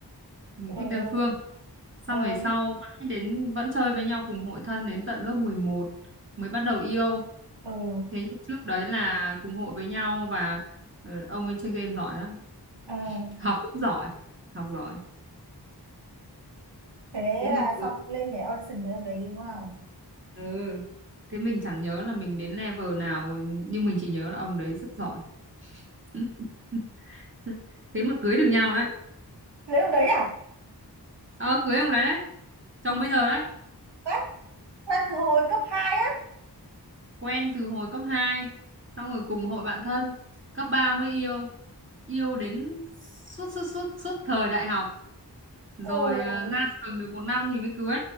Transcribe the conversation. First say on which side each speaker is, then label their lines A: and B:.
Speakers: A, on the right; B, on the right.
A: mình
B: ừ ừ.
A: thích đơn phương xong
B: rồi
A: về sau mãi đến vẫn chơi với nhau cùng hội thân đến tận lớp 11 mới bắt đầu yêu
B: ừ
A: thế nhưng trước đấy là cùng hội với nhau và ờ, ông ấy chơi game giỏi lắm
B: à.
A: học cũng giỏi học giỏi
B: thế
A: thế mà
B: là
A: cưới
B: xong lên cái audition với ông đấy đúng không
A: ừ. thế mình chẳng nhớ là mình đến level nào nhưng mình chỉ nhớ là ông đấy rất giỏi <laughs> thế mà cưới được nhau đấy
B: lấy ông đấy à
A: ờ cưới ông đấy đấy chồng bây giờ đấy
B: quét quét từ hồi cấp hai á
A: quen từ hồi cấp 2, xong rồi cùng hội bạn thân cấp 3 mới yêu yêu đến suốt suốt suốt suốt thời đại học rồi
B: ôi
A: à, ra trường được một năm thì mới cưới